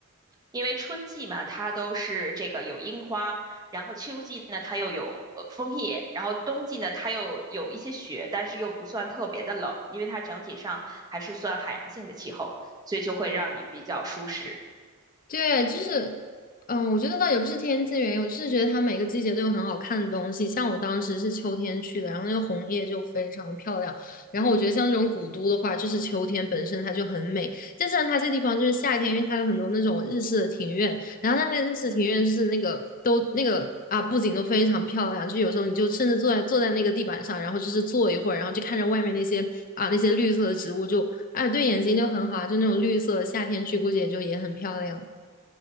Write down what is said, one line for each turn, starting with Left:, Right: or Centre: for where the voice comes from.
Right: 因为春季嘛，它都是这个有樱花，然后秋季呢，它又有呃枫叶，然后冬季呢，它又有一些雪，但是又不算特别的冷，因为它整体上还是算海洋性的气候，所以就会让你比较舒适。
Left: 对，就是，嗯，我觉得倒也不是天气原因，我就是觉得它每个季节都有很好看的东西。像我当时是秋天去的，然后那个红叶就非常的漂亮。然后我觉得像这种古都的话，就是秋天本身它就很美，但是呢，它这个地方就是夏天，因为它有很多那种日式的庭院，然后它那个日式庭院就是那个都那个啊布景都非常漂亮，就有时候你就甚至坐在坐在那个地板上，然后就是坐一会儿，然后就看着外面那些啊那些绿色的植物就，啊对眼睛就很好啊就那种绿色，夏天去估计也就也很漂亮。